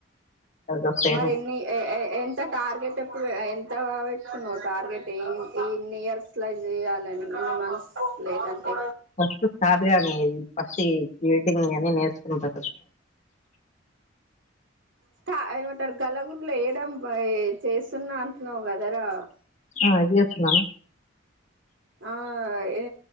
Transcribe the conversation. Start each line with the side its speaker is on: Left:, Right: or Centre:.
Left: వస్తాయని
Right: మరి ఎన్ని ఏ ఏ ఎంత టార్గెట్ప్పుడు ఎంత పెట్టుకున్నావు టార్గెట్ ఇ ఇన్ని ఇయర్స్లా చేయాలని ఇన్ని మంత్స్ లేదంటే
Left: ఫస్ట్ స్టార్ట్ గానీ ఫస్టింగ్ ఎడిటింగ్ అని నేర్చుకుంటా
Right: స్ట ఎంమంటరు గల్ ఊర్లో వెయడం చేస్తున్నా అంటున్నావు కదరా
Left: అదే చెప్తున
Right: ఆ ఏ